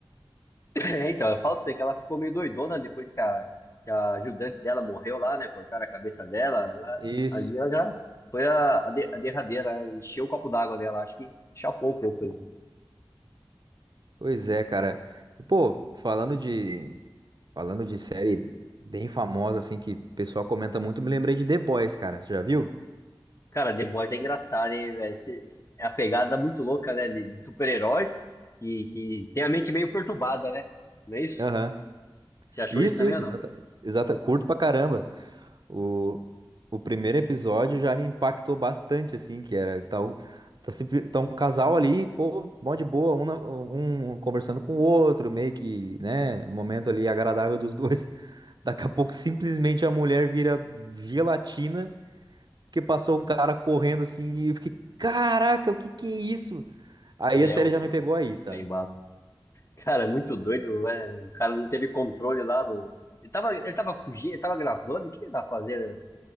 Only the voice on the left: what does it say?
<clears throat> então, eu falo pra você que ela ficou meio doidona depois que a, que a ajudante dela morreu lá, né? Cortaram a cabeça dela. ela-
ali ela já foi a, a, de- a derradeira, né? encheu o copo d'água dela, acho que chapou um pouco. né?
Cara, The Boys é engraçado, hein, velho? Esse- esse- É a pegada muito louca, né? De, de super-heróis que, que tem a mente meio perturbada, né? Não é isso?
Você achou
isso também
ou não?
É,
o
trem Cara, é muito doido, né? O cara não teve controle lá do. Ele tava, ele tava fugindo, ele tava gravando, o que ele tava fazendo?